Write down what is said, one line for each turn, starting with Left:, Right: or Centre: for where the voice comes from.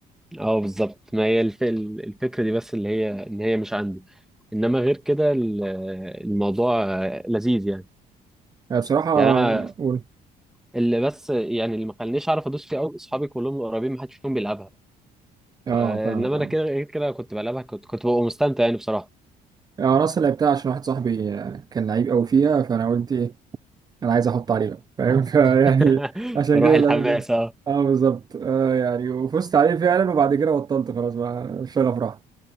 Centre: اه بالظبط ما هي الف... الفكرة دي بس اللي هي ان هي مش عندي انما غير كده ال- الموضوع آه، لذيذ يعني
Right: آه، بصراحه
Centre: يعني انا
Right: قول
Centre: اللي بس يعني اللي ما خلانيش اعرف ادوس فيه قوي اصحابي كلهم قريبين ما حدش فيهم بيلعبها
Right: اه
Centre: فانما
Right: فاهمك اه
Centre: انا كده غير كده كنت بلعبها كنت كنت ببقى مستمتع يعني بصراحه
Right: يعني انا اصلا لعبتها عشان واحد صاحبي كان لعيب قوي فيها فانا قلت ايه انا عايز احط عليه بقى فاهم <laughs> فيعني
Centre: <laughs>
Right: عشان
Centre: روح
Right: كده
Centre: الحماس
Right: لعبت
Centre: اه
Right: اه بالظبط آه يعني وفزت عليه فعلا وبعد كده بطلت خلاص بقى الشغف راح